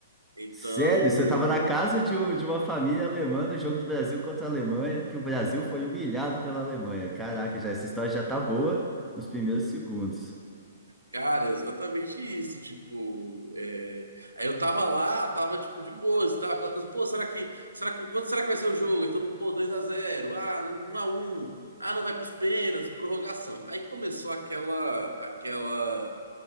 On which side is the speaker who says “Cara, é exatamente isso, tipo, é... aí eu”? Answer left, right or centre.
Right